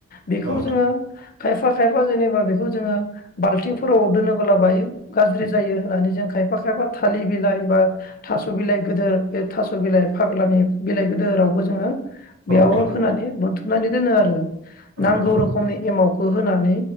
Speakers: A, on the left; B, on the right.
A: बेखौ
B: औ
A: जोङो खायफा खायफा जेनबा बेखौ जोङो बाल्थिंफोराव दोनोबोला बाय गाज्रि जायो होननानै जों खायफा खायफा थालिर बिलाइ बा थास बिलाइ गोदोर बे थासबिलाइ फाग्लानि बिलाइ गोदोरावबो जोङो
B: औ
A: बेयावबो
B: नोंथां औ नोंथां
A: फोनानै खोबनानै दोनो आरो।
B: औ
A: नांगौ
B: नोंथां औ नोंथां
A: रोखोमनि एमावखौ होनानै